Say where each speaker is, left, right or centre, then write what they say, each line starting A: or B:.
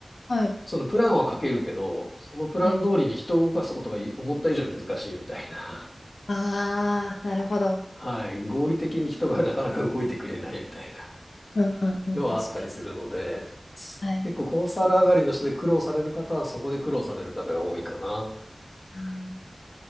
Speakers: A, on the left (about 80°); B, on the left (about 45°).
A: はい。
B: そのプランは書けるけど、そのプラン通りに人を動かすことが思った以上に難しいみたいな。
A: はい。ああ、なるほど。
B: <laughs> はい。合理的に人がなかなか動いてくれないみたいな
A: うんうんうん、
B: のはあったりするので、
A: 確かに。はい。
B: 結構コンサル上がりの人で苦労される方はそこで苦労される方が多いかな。
A: あー